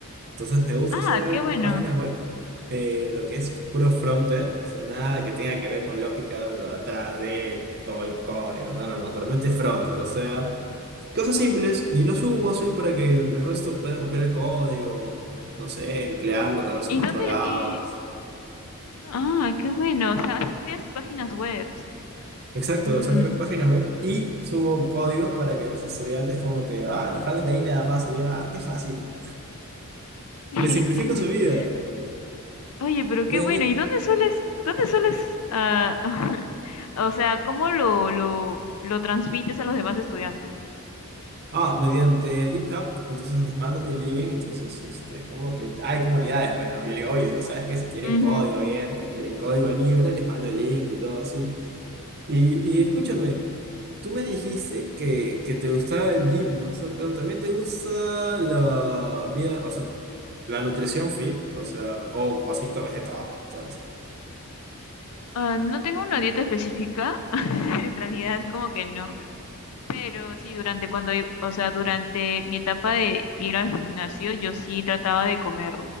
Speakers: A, on the right; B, on the left.
A: Entonces me gusta
B: Ah,
A: hacer
B: qué bueno.
A: páginas web, eh, lo que es puro frontend, o sea, nada que tenga que ver con lógica de lo de atrás de todo el código. No, no, no, solamente frontend, o sea. Cosas simples y lo subo así para que el resto pueda copiar el código, no sé, emplearlo tal vez
B: ¿Y
A: en otro
B: dónde?
A: lado.
B: y- ah, qué bueno. O sea, haces- creas páginas web.
A: Exacto,
B: Mm.
A: o sea, creo páginas web y subo códigos para que los estudiantes como que, ah, los jalen de ahí nada más y digan, ah, qué fácil.
B: <laughs>
A: Les simplifico su vida,
B: Oye, pero
A: obviamente.
B: qué bueno. ¿Y dónde sueles, dónde sueles, ah, <laughs> o sea, cómo lo, lo, lo transmites a los demás estudiantes?
A: Ah, mediante GitHub, entonces les mando mi link, entonces este, es como que hay comunidades, pues, ¿no? Yo le digo, oye, si ¿sabes qué? Si quieren
B: Ujú.
A: código abierto, quieren código libre, les mando el link y todo así. Y, y escúchame. Tú me dijiste que, que te gustaba el gym, ¿no? O sea, pero también te gusta la vida, o sea, la nutrición fit, o sea, o así comes de todo, todo eso.
B: Ah, no tengo una dieta específica, <laughs> en realidad como que no. Pero sí, durante cuando, i- o sea, durante mi etapa de ir al gimnasio, yo sí trataba de comer,